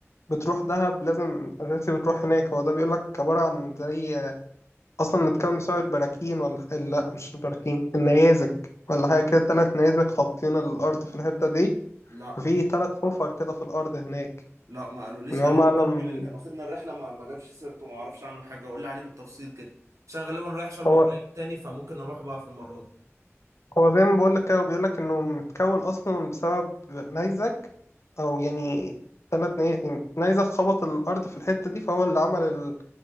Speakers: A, on the left; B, on the right.
A: بتروح دهب لازم اساسي بتروح هناك هو ده بيقول لك عبارة عن زي اصلا متكون بسبب البراكين ولا لا مش البراكين النيازك ولا حاجه كده ثلاث نيازك خابطين الارض في الحته دي
B: لا
A: ففي ثلاث حفر كده في الارض هناك
B: لا ما قالوليش
A: يعني
B: عليه
A: هو معلم
B: حتى الراجل اللي كان واخدنا الرحله ما, ما جابش سيرته ما اعرفش عنه حاجه قول لي عليه بالتفصيل كده عشان أنا غالبا رايح شرم
A: هو
B: قريب تاني فممكن اروح بقى في المره دي
A: هو زي ما بقول لك كده بيقول لك انه متكون اصلا بسبب نيزك او يعني ثلاث نيازك خبط الارض في الحته دي فهو اللي عمل